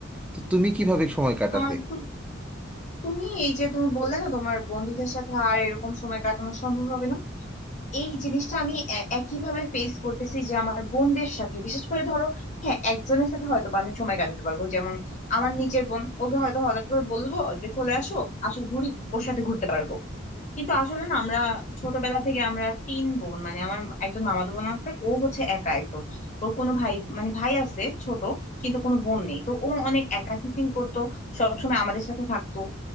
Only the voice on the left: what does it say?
আর তু- তুমি এই যে তুমি বললে না তোমার বন্ধুদের সাথে আর এরকম সময় কাটানো সম্ভব হবে না এই জিনিসটা আমি এ- একইভাবে ফেস করতেছি যে আমার বোনদের সাথে বিশেষ করে ধরো হ্যাঁ একজনের সাথে হয়তো বা আমি সময় কাটাতে পারবো যেমন আমার নিজের বোন ওকে হয়তো হঠাৎ করে বলবো যে চলে আসো আসো ঘুরি ওর সাথে ঘুরতে পারবো কিন্তু আসলে না আমরা ছোটবেলা থেকে আমরা তিন বোন মানে আমার একজন মামাতো বোন আছে ও হচ্ছে একা একদম ওর কোনো ভাই মানে ভাই আছে ছোট কিন্তু কোনো বোন নেই তো ও অনেক একাকী ফিল করতো সবসময় আমাদের সাথে থাকতো